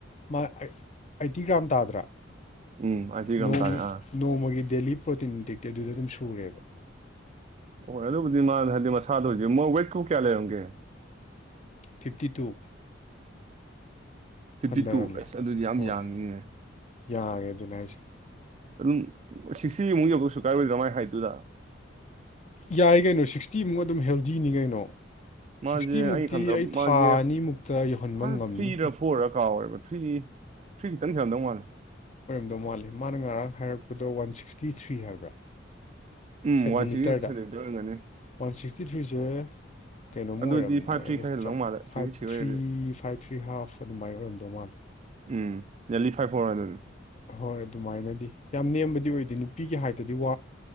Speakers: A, on the left; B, on the right.
A: ꯃꯥ ꯑꯩꯠꯇꯤ ꯒ꯭ꯔꯥꯝ ꯇꯥꯗ꯭ꯔꯥ
B: ꯎꯝ ꯑꯁꯤꯒ
A: ꯅꯣꯡ
B: ꯇꯥꯔꯦ ꯑꯥ
A: ꯅꯣꯡꯃꯒꯤ ꯗꯦꯂꯤ ꯄ꯭ꯔꯣꯇꯤꯟ ꯗꯤꯛꯇꯤ ꯑꯗꯨꯗ ꯑꯗꯨꯝ ꯁꯨꯔꯦꯕ
B: ꯑꯣ ꯑꯗꯨꯕꯨꯗꯤ ꯃꯥ ꯍꯥꯏꯗꯤ ꯃꯁꯥꯗ ꯑꯣꯏꯁꯦ ꯃꯣꯏ ꯋꯦꯠꯀꯨ ꯀꯌꯥ ꯂꯩꯔꯝꯒꯦ
A: ꯐꯤꯞꯇꯤ ꯇꯨ
B: ꯐꯤꯐꯇꯤ
A: ꯍꯟꯊꯔꯝꯃꯦ
B: ꯇꯨ ꯑꯩꯁ ꯑꯗꯨꯗꯤ ꯌꯥꯝ
A: ꯍꯣꯏ
B: ꯌꯥꯡꯅꯤꯤꯅꯦ
A: ꯌꯥꯔꯦ ꯑꯗꯨꯅ ꯍꯥꯏꯁꯦ
B: ꯑꯗꯨꯝ ꯁꯤꯛꯁꯇꯤꯃꯨꯛ ꯌꯧꯗ ꯁꯨ ꯀꯥꯏꯔꯣꯏꯗ꯭ꯔ ꯃꯥꯏ ꯍꯥꯏꯗꯨꯨꯗ
A: ꯌꯥꯏ ꯀꯩꯅꯣ ꯁꯤꯛꯁꯇꯤꯃꯨꯛ ꯑꯗꯨꯝ ꯍꯦꯜꯗꯤꯅꯤ ꯀꯩꯅꯣ
B: ꯃꯥꯁꯦ
A: ꯁꯤꯛꯁꯇꯤꯃꯨꯛꯇꯤ
B: ꯑꯩꯩꯅ ꯈꯟꯗꯕ
A: ꯑꯩ
B: ꯃꯥꯁꯦ
A: ꯊꯥ ꯑꯅꯤꯃꯨꯛꯇ ꯌꯧꯍꯟꯕ
B: ꯐꯥꯏꯚ
A: ꯉꯝꯅꯤ
B: ꯊ꯭ꯔꯤꯔ ꯐꯣꯔꯒ ꯀꯥꯎꯦꯕ ꯊ꯭ꯔꯤ ꯊ꯭ꯔꯤ ꯈꯤꯇꯪ ꯈꯔꯝꯗꯧ ꯃꯥꯜꯂꯦ
A: ꯑꯗꯧ ꯃꯥꯂ ꯃꯥꯅ ꯉꯔꯥꯡ ꯍꯥꯏꯔꯛꯄꯗꯣ ꯋꯥꯟ ꯁꯤꯛꯁꯇꯤ ꯊ꯭ꯔꯤ ꯍꯥꯏꯕ꯭ꯔꯥ
B: ꯎꯝ
A: ꯁꯦꯟꯇꯤꯃꯤꯇꯔꯗ
B: ꯋꯥꯟ ꯁꯤꯛꯁꯇꯤ ꯁꯦꯟꯇꯤꯃꯤꯇꯔ ꯑꯣꯏꯔꯝꯒꯅꯤ
A: ꯋꯥꯟ ꯁꯤꯛꯁꯇꯤ ꯊ꯭ꯔꯤꯁꯦ ꯀꯩꯅꯣꯝ
B: ꯑꯗꯨꯗꯤ
A: ꯑꯣꯏꯔꯝꯅꯤꯅ
B: ꯐꯥꯏꯚ
A: ꯑꯩꯅ
B: ꯊ꯭ꯔꯤ ꯈꯔ ꯍꯦꯜꯂꯝꯗꯧ
A: ꯐꯥꯏꯚ
B: ꯃꯥꯜꯂꯦ ꯁꯤꯛꯁꯇꯤ
A: ꯊ꯭ꯔꯤ
B: ꯑꯣꯏꯔꯗꯤ
A: ꯐꯥꯏꯚ ꯊ꯭ꯔꯤ ꯍꯥꯐ ꯑꯗꯨꯃꯥꯏꯅ ꯑꯣꯏꯔꯝꯗꯧ ꯃꯥꯂꯦ
B: ꯎꯝ ꯅꯤꯌꯔꯂꯤ ꯐꯥꯏꯚ ꯐꯣꯔ ꯑꯗꯨꯅꯤ
A: ꯍꯣꯏ ꯑꯗꯨꯃꯥꯏꯅꯗꯤ ꯌꯥꯝ ꯅꯦꯝꯕꯗꯤ ꯑꯣꯏꯗꯣꯏꯅꯤ ꯅꯨꯄꯤꯒꯦ ꯍꯥꯏꯗꯗꯤ